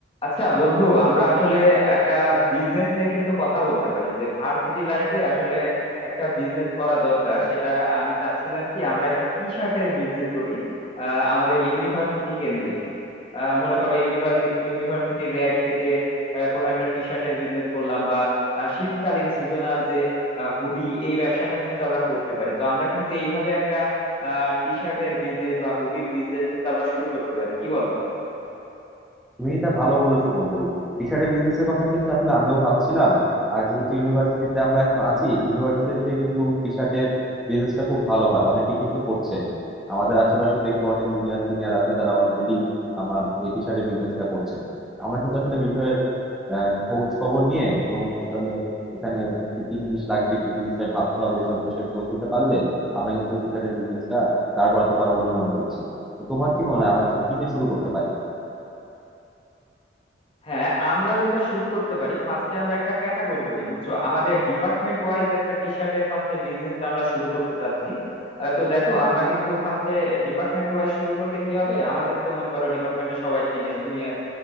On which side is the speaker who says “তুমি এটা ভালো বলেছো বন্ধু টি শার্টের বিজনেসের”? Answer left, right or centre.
Centre